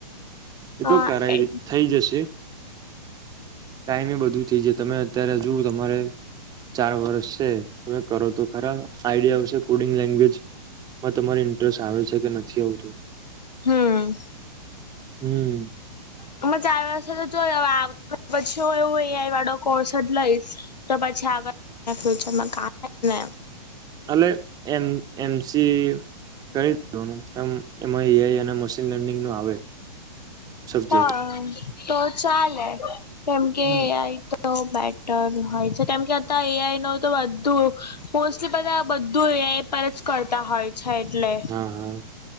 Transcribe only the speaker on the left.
હા
એ
હમ્મ
હ ચાર વર્ષ તો જો પછી હ એવું એઆઈ વાળો કોર્સ જ લઈશ તો પછી આગળ ફ્યુચરમાં કામ આવાને
હા તો ચાલે કેમ કે
તો બેટર હોય છે કેમ કે આ એઆઈ ન તો બધું મોસ્ટલી પ બધું એઆઈ પર જ કરતા હોય છે એટલે